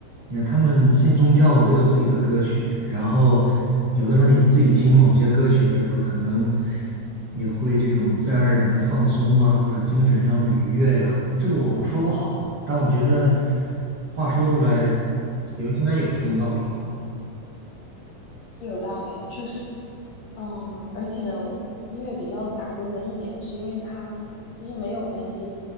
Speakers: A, on the right (about 75°); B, on the left (about 70°).
A: 你看他们信宗教的都有自己的歌曲，然后有的时候你自己听某些歌曲的时候，可能也会这种自然而然的放松啊，或者精神上的愉悦呀、这个我我说不好，但我觉得话说出来有应该有一定道理吧。
B: 有道理，确实。嗯，而且我音乐比较打动人一点，是因为它其实没有那些